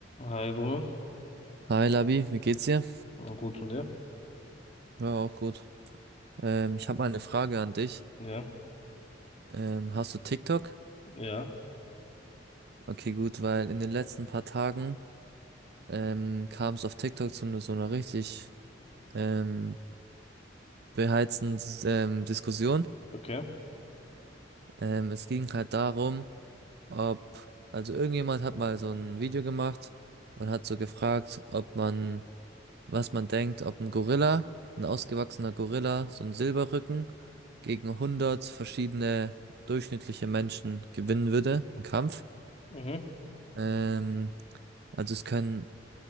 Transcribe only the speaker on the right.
Hi Labi, wie geht's dir?
Ja, auch gut. Ähm, ich habe mal eine Frage an dich.
Ähm, hast du TikTok?
Okay, gut, weil in den letzten paar Tagen ähm, kam es auf TikTok zu ne- so einer richtig ähm, beheizten ähm, Diskussion.
Ähm, es ging halt darum, ob, also irgendjemand hat mal so ein Video gemacht und hat so gefragt, ob man was man denkt, ob ein Gorilla, ein ausgewachsener Gorilla, so ein Silberrücken gegen hundert verschiedene durchschnittliche Menschen gewinnen würde im Kampf.
Ähm, also es können,